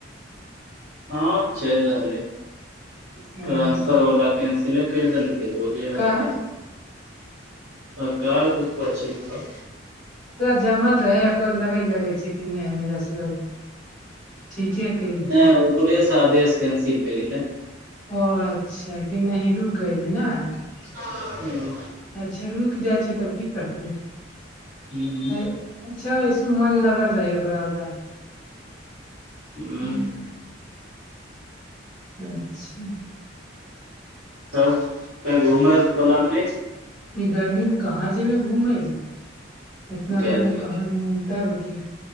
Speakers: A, on the right (about 65°); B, in the centre.
A: हँ चेल रहलै
B: ह
A: ट्रानंसफर वला कैंसिले कर देलक <unintelligible>
B: काहे
A: सरकार के ऊपर से नऽ सब
B: जमल रहै लगे लगे छै कि नहि हमे ठीके केलकै
A: नहि ऊपरेसँ आदेश कैंसिल होइ गेलै
B: ओ अच्छा कि नहि ही रुक गेलल ने
A: हू
B: अच्छा रुकि जाइ छै तब की करतै
A: हू हू
B: अ- अच्छा ऐसु मन लगल रहै ओकरा ओयजा
A: हू
B: हम्म, अच्छा
A: तब घुमै अर कऽ प्लान नहि छै
B: ई गर्मी मे कहाँ जेमे घूमेै
A: छै
B: इतना गर्मी कहाँ
A: के
B: तब की